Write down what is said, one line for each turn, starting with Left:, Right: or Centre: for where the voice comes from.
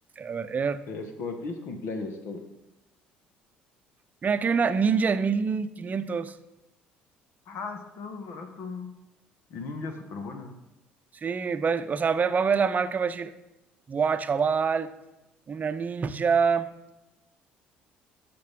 Right: A ver, air-
Left: Eh, así como, de feliz cumpleaños, toma.
Right: Mira, aquí hay una Ninja de 1500.
Left: Ah, está muy barato. Y ninja súper buena.
Right: Sí, va a- o sea, va, va a ver la marca, va a decir, guau, chaval, una Ninja.